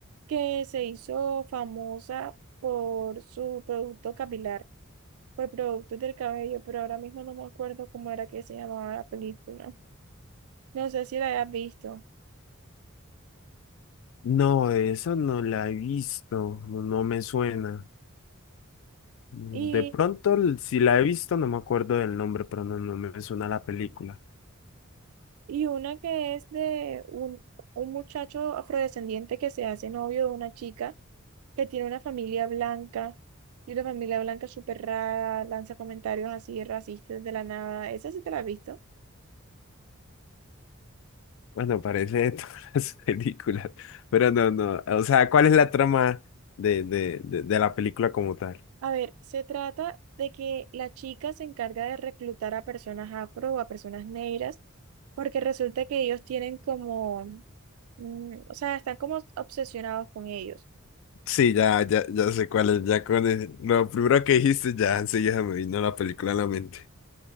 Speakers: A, on the right (about 80°); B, on the left (about 65°).
A: que se hizo famosa por su producto capilar, por productos del cabello, pero ahora mismo no me acuerdo cómo era que se llamaba la película. No sé si la hayas visto.
B: No, eso no la he visto, no, no me suena. De
A: Y
B: pronto, l- si la he visto, no me acuerdo del nombre, pero no, no me suena la película.
A: Y una que es de un, un muchacho afrodescendiente que se hace novio de una chica que tiene una familia blanca y la familia blanca es súper rara, lanza comentarios así racistas de la nada. Esa sí te la has visto.
B: Bueno, parece de todas <laughs> las películas, pero no, no. O sea, ¿cuál es la trama de, de, de de la película como tal?
A: A ver, se trata de que la chica se encarga de reclutar a personas afro o a personas negras porque resulta que ellos tienen como, mm, o sea, están como obsesionados con ellos.
B: Sí, ya, ya, ya sé cuál es, ya con el- lo primero que dijiste, ya enseguida me vino la película a la mente.